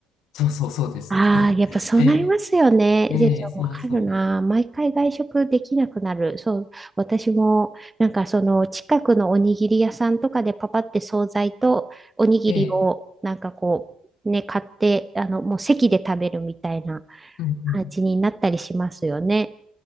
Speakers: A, on the left; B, on the right.
A: そうそうそうです。
B: ああ、
A: <laughs>
B: やっぱそうなりますよね。
A: ええ、ええ、
B: ジェイさんわかるな。
A: そうそ
B: 毎回外食できなくなる。そう、私も、なんかその近くのおにぎり屋さんとかでパパって惣菜とおにぎりをなんかこう、
A: う。ええ、
B: ね、買って、あの、もう席で食べるみたいな
A: うんうん。
B: 感じになったりしますよね。